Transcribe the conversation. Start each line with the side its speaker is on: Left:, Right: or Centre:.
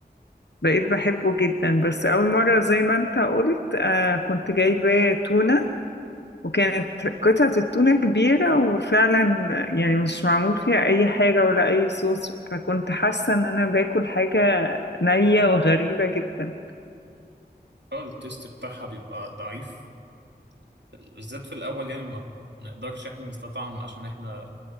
Left: بقيت بحبه جدا بس أول مرة زي ما أنت قلت آه كنت جايبة تونة وكانت قطعة التونة كبيرة وفعلا يعني مش معمول فيها أي حاجة ولا أي صوص فكنت حاسة إن أنا باكل حاجة نية وغريبة جدا
Right: اه التيست بتاعها بيبقى ضعيف بالذات في الاول يعني ما نقدرش احنا نستطعم عشان احنا